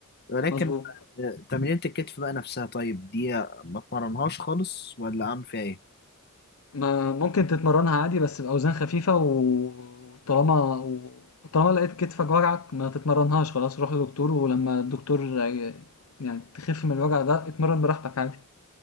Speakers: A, on the left; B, on the left.
A: ولكن
B: مظبوط
A: آه، تمرينة الكتف بقى نفسها طيب دي ما اتمرنهاش خالص ولا أعمل فيها إيه؟
B: ما ممكن تتمرنها عادي بس بأوزان خفيفة و- وطالما و- وطالما لقيت كتفك وجعك ما تتمرنهاش خلاص روح لدكتور ولما الدكتور ي- يعني تخف من الوجع ده اتمرن براحتك عادي